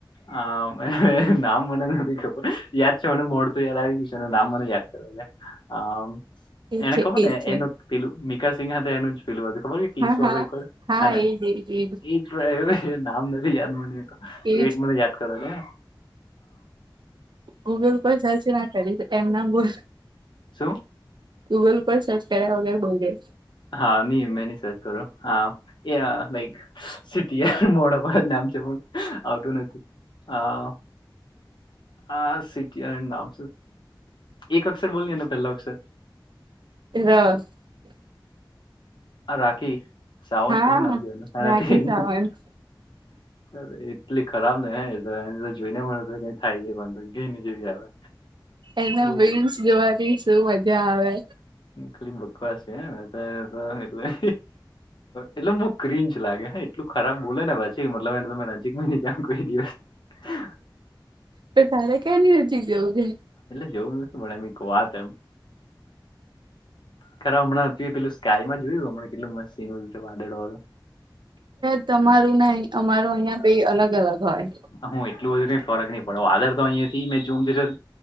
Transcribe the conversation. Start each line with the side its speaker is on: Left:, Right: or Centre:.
Left: હા નામ મને નથી ખબર યાદ છે, મને મોડતું યાદ આવી ગયું છે નામ મને યાદ કર છે. હ
Right: એજ
Left: એને
Right: છે
Left: ખબર
Right: એજ
Left: ને
Right: છે
Left: એનું પેલું મિકા સિંહ એનું જ પેલું ખબર કે
Right: હા
Left: શું
Right: હા
Left: એક વાર
Right: હા
Left: હે ને
Right: એજ એજ એજ
Left: એ જ નામ નથી યાદ મને
Right: એજ
Left: વેટ મને યાદ કરવા દે
Right: ગૂગલ કોઈ સાચી ના કરી એમ નમ બોલ
Left: શું?
Right: ગૂગલ ઉપર સર્ચ કર્યા વગર બોલજે.
Left: હા નિ મેની સચ કરું હા એ લઈક સિટી મોડા જ નામ પણ આવતું નથી આ આ સિટી નામ એક અક્ષર બોલ પેલા અક્ષર
Right: <unintelligible>
Left: આ રાખી સાવત
Right: હા
Left: કેવું નામ જોવાનું
Right: રાખી
Left: તે.
Right: સાવંત
Left: અરે એટલી ખરાબ ને તો એને તો જોઈ ને મળે તો કઈ થાય જાય પણ ઘીન જેવી આવે.
Right: એના
Left: બહુ
Right: બીન્સ
Left: બક
Right: જોવારી શું? આવે
Left: ખાલી બકવાષ છે એટલે એ. એટલે બહુ ક્રિચ લાગે હા એટલું ખરાબ બોલે ને પછી મતલબને તમે નજીક ન કેમ કોઈ દિવસ. હા
Right: તો ક્યા એની નજિક જવું છે.
Left: જેવું ન શ મ એમ કો વાત એમ. ખરા હમણાં હતું પેલું સ્કાયમાં જોયું હમણા કેટલું મસ્સીન હતું વાદળો વાળું.
Right: ત તમારું ને અમાર અહિયાં બેય અલગ અલગ હોય?
Left: હું એટલું બધું કઈ ફરક નહી પડો આદર તો અહીયાયાથી મેં જોમ ત તમારે